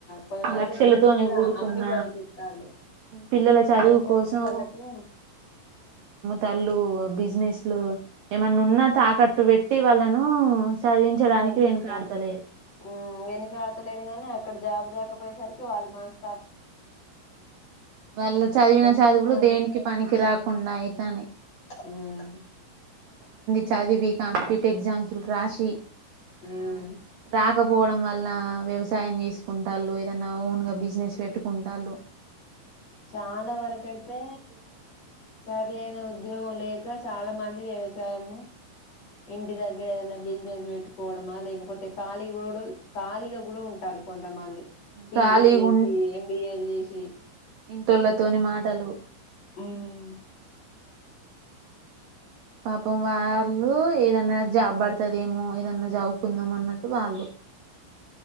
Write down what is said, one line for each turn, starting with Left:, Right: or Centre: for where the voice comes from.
Left: కొంతమంది
Right: లక్షలతోని
Left: అయితే భూములు గుడా
Right: కూడుకున్న
Left: అమ్మి చదిపిస్తాంలు
Right: పిల్లల చదువు
Left: అయినా
Right: కోసం
Left: కూడా వాళ్ళకు.
Right: తల్లు బిజినెస్లు ఏమైన్నా ఉన్నా తాకట్టు వెట్టి వాళ్ళను చదివించడానికి
Left: చదిపిస్తాము
Right: వెనుకాడతలేరు
Left: ఉ వెనుక ఆతలేరు గాని ఇకడ జాబు రాకపోయేసరికి వాళ్ళు మాస్
Right: వాళ్ళు చదివిన
Left: ఎంతో
Right: చదువులు
Left: మంది
Right: దేనికి పనికి రాకుండా అయితనై.
Left: ఉమ్
Right: చదివి కాంపిటీట్ ఎగ్జామ్షులు రాశి
Left: ఉమ్
Right: ఆ రాకపోవడం వల్నా వ్యవ్ సాయం చేసుకుంటాలు ఏదన్నా ఓన్ గా బిజినెస్ పెట్టుకుంటళ్ళు
Left: చాలా వరకయితే సరి అయిన ఉద్యోగం లేక చాల మం వ్యవసాయము ఇంటి దగ్గర ఏదన్నా బిజినెస్ వెట్టుకోవడమా లేకపోతే ఖాళీ గూడ ఖాళీగా గూడ ఉంటాలు కొంతమంది పీజీ
Right: ఖాళీగా
Left: లు జేసీ ఎంబిఏలు జేసీ
Right: ఇంటొళ్ళతోని మాటలు
Left: ఉమ్
Right: పాపం వాళ్ళు ఏదన్నా జాబ్ బడుతుదేమో ఏదన్నా జావుకుందాం అన్నట్టు వాళ్ళు